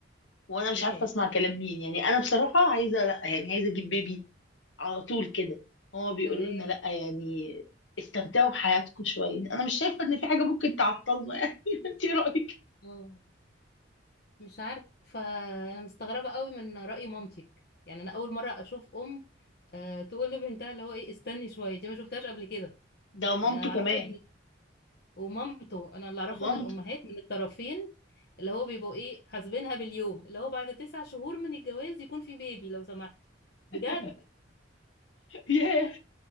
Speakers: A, on the left; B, on the left.
A: وانا مش
B: ياه
A: عارفه اسمع كلام مين يعني انا بصراحه عايزه لا يعني عايزه اجيب بيبي على طول كده هما بيقولوا
B: تمام
A: لنا لا يعني استمتعوا بحياتكم شويه انا مش شايفه ان في حاجه ممكن تعطلنا يعني <laughs> انت إيه رايك
B: اه مش عارفة انا مستغربة قوي من رأي مامتك يعني انا اول مرة اشوف ام أه تقول لبنتها اللي هو ايه استني شوية دي ما شفتهاش قبل كده
A: ده مامته
B: يعني اعرفه
A: كمان
B: ومامته انا اللي اعرفه
A: ومامته
B: ان الامهات من الطرفين اللي هو بيبقوا ايه حاسبينها باليوم اللي هو بعد تسع شهور من الجواز يكون في بيبي لو سمحت بجد
A: <laughs> ياه